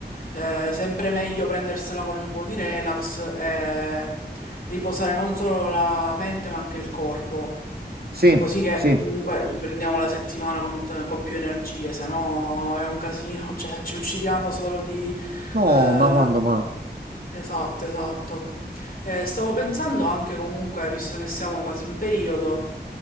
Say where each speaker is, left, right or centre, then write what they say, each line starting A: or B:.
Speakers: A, on the left (about 55°); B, on the right (about 60°).
A: eh, sempre meglio prendersela con un po' di relax e riposare non solo la mente ma anche il corpo.
B: Sì,
A: Così che
B: sì.
A: comunque riprendiamo la settimana con, t- con più energie, se no è un casino, <laughs> cioè ci uccidiamo solo di...
B: No,
A: eh,
B: ma quando, ma...
A: esatto, esatto. Eh, stavo pensando anche comunque, visto che siamo quasi in periodo,